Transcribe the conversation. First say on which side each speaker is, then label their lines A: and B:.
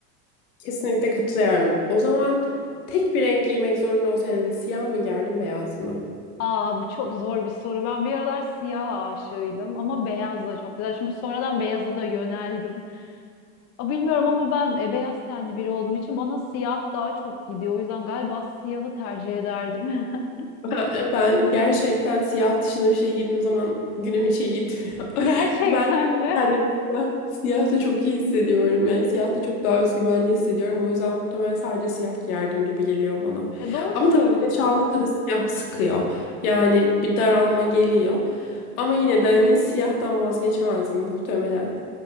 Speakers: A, on the left; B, on the left.
A: kesinlikle katılıyorum. O zaman tek bir renk giymek zorunda olsaydın siyah mı giyerdin beyaz mı?
B: Aa bu çok zor bir soru. Ben bir aralar siyah aşığıydım ama beyaz da çok güzel. Çünkü sonradan beyaza da yöneldim. Aa, bilmiyorum ama ben e, beyaz tenli biri olduğum için bana siyah daha çok gidiyor. O yüzden galiba siyahı tercih ederdim. <laughs>
A: Ha, e, Ben gerçekten siyah dışında bir şey giydiğim zaman günüm hiç iyi gitmiyor. <laughs>
B: Gerçekten
A: Ben
B: mi?
A: kendimi siyah, siyahta çok iyi hissediyorum. Yani siyahta çok daha özgüvenli hissediyorum. O yüzden muhtemelen sadece siyah giyerdim gibi geliyor bana.
B: E, doğru
A: Ama
B: söylüyorsun.
A: tabii güneş aldıkça da siyah sıkıyor. Yani bir daralma geliyor. Ama yine de hani siyahtan vazgeçemezdim muhtemelen.